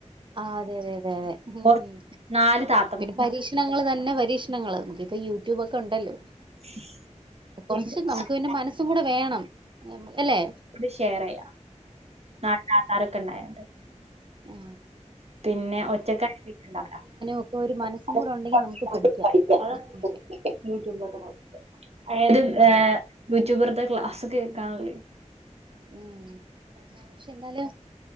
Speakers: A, on the right; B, on the right.
A: ആ അതെ, അതെ അതെ അതെ ഉം
B: ഓർ നാല് താത്തം
A: പിന്നെ പരീക്ഷണങ്ങൾ
B: നാല്
A: തന്നെ പരീക്ഷ പ്രശ്നങ്ങ്ങള്, നമക്കിപ്പൊ യൂട്യൂബൊക്കെ ഉണ്ടല്ലോ
B: <unintelligible>
A: കുറച്ച്
B: എല്ലാർക്കും
A: നമുക്ക് പിന്നെ മനസ്സും കൂടെ വേണം അല്ലെ
B: കൂടി ഷെയർ ചെയ്യാം, നാട്ടിൽ ആധാറൊക്കെ ഉണ്ടായ തൊണ്ട്
A: ആ
B: പിന്നെ <unintelligible>
A: ഒക്കെ ഒരു മനസ്സും കൂടെ ഉണ്ടെങ്കിൽ നമുക്ക് പഠിക്കാം കുക്കിംഗൊക്കെ ഉം അതെ
B: യൂട്യൂബ്രുടെ ക്ലാസ്സ്‌ ഇപ്പ കേക്കാനില്ലേ
A: ഉം, പക്ഷെ എന്നാല്,